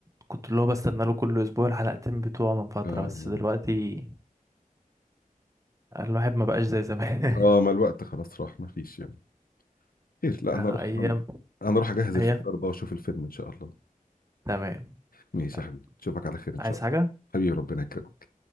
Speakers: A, on the right; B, on the left.
A: كنت اللي هو بستنى له كل اسبوع الحلقتين بتوعه من فترة
B: اه اه
A: بس دلوقتي الواحد ما بقاش زي زمان
B: آه،
A: <laughs>
B: ما الوقت خلاص راح ما فيش يعني خير لا
A: آه،
B: انا اروح
A: ايام
B: انا أنا اروح اجهز الفشار
A: ايام
B: بقى واشوف الفيلم ان شاء الله
A: تمام
B: ماشي
A: يلا
B: يا حبيبي اشوفك على خير ان
A: عايز
B: شاء
A: حاجة
B: الله حبيبي ربنا يكرمك